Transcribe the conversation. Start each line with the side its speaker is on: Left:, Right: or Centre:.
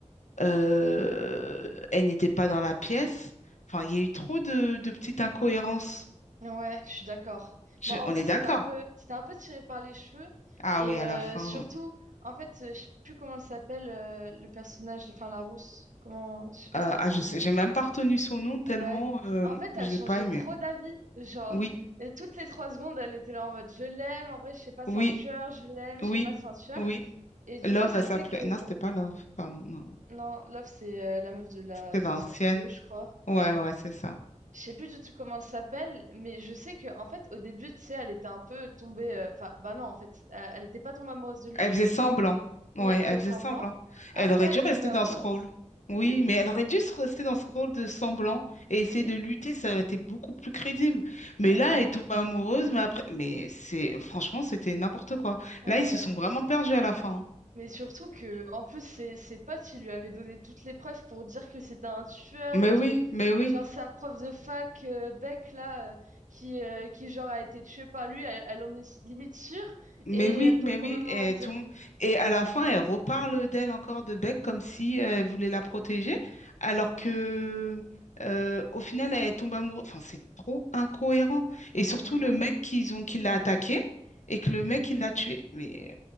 Left: Euh, elle n'était pas dans la pièce. Enfin, il y a eu trop de, de petites incohérences.
Right: Ouais, je suis d'accord.
Left: Je-
Right: Bon, en
Left: on
Right: vrai,
Left: est
Right: c'était
Left: d'accord.
Right: un peu, c'était un peu tiré par les cheveux
Left: Ah
Right: et
Left: oui,
Right: euh,
Left: à la fin.
Right: surtout, en fait, euh, je sais plus comment elle s'appelle, euh, le personnage, enfin la rousse. Comment, je sais pas
Left: Euh,
Right: si ça
Left: ah,
Right: son
Left: je sais,
Right: nom.
Left: j'ai même pas retenu son nom tellement
Right: Ouais.
Left: euh,
Right: En fait,
Left: j'ai
Right: elle changeait
Left: pas aimé.
Right: trop d'avis. Genre,
Left: Oui,
Right: et toutes les trois secondes, elle était là en mode je l'aime, en vrai, je sais pas, c'est
Left: oui,
Right: un tueur, je l'aime,
Left: oui,
Right: je sais pas, c'est un tueur.
Left: oui.
Right: Et du
Left: Love,
Right: coup, ça
Left: elle s'appelait.
Right: fait que.
Left: Non, c'était pas Love. Pardon, non.
Right: Non, Love, c'est euh, la meuf de la
Left: C'était
Right: saison
Left: l'ancienne.
Right: 2 je crois.
Left: Ouais,
Right: Ouais.
Left: ouais, c'est ça.
Right: Je sais plus du tout comment elle s'appelle, mais je sais que en fait, au début, tu sais, elle était un peu tombée. euh, Enfin, bah non, en fait, euh, elle était pas tombée amoureuse de lui,
Left: Elle
Right: justement.
Left: faisait semblant.
Right: Oui,
Left: Ouais,
Right: elle fait
Left: elle
Right: semblant.
Left: faisait semblant.
Right: Après,
Left: Elle aurait dû
Right: elle est
Left: rester
Right: tombée amoureuse.
Left: dans ce rôle. Oui,
Right: Oui,
Left: mais elle aurait dû se rester dans ce rôle de semblant et essayer
Right: oui.
Left: de lutter, ça aurait été beaucoup plus crédible. Mais
Right: Ouais,
Left: là, elle tombe amoureuse, mais après, mais c'est franchement, c'était n'importe quoi.
Right: ouais.
Left: Là, ils se sont vraiment perdus à la fin. hein.
Right: Mais surtout que, en plus, ses, ses potes, ils lui avaient donné toutes les preuves pour dire que c'était un tueur
Left: Mais
Right: et tout.
Left: oui, mais oui.
Right: Genre, sa prof de fac, euh, Beck, là, euh, qui, euh, qui, genre, a été tuée par lui, elle, elle en est limite sûre,
Left: Mais
Right: et elle
Left: oui,
Right: tombe
Left: mais
Right: quand
Left: oui,
Right: même
Left: et
Right: reste
Left: elle tombe.
Right: de lui.
Left: Et à la fin, elle reparle d'elle encore de Beck comme si elle voulait la protéger, alors que euh, au final, elle tombe amoureuse. Enfin, c'est trop incohérent. Et surtout,
Right: Ouais.
Left: le mec qu'ils ont, qui l'a attaqué et que le mec, il l'a tué. Mais